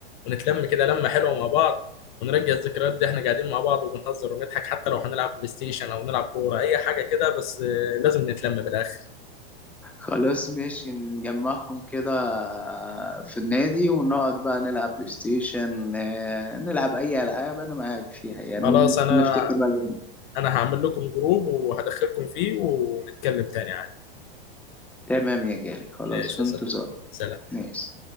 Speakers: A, on the left (about 55°); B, in the centre.
A: ونتلم كده لمه حلوه مع بعض ونرجع الذكريات دي احنا قاعدين مع بعض وبنهزر ونضحك حتى لو هنلعب بلاي ستيشن او نلعب كوره اي حاجه كده بس آه، لازم نتلم بالاخر
B: خلاص ماشي نجمعهم كده آه، في النادي ونقعد بقى نلعب بلاي ستيشن آه، نلعب اي العاب انا معاك فيها يعني
A: خلاص
B: ونفتكر
A: انا
B: بقى الأيام.
A: انا هعمل لكم جروب وهدخلكم فيه ونتكلم تاني
B: تمام يا غالي خلاص
A: ماشي
B: في
A: يا
B: انتظار
A: صديقي سلام
B: ماشي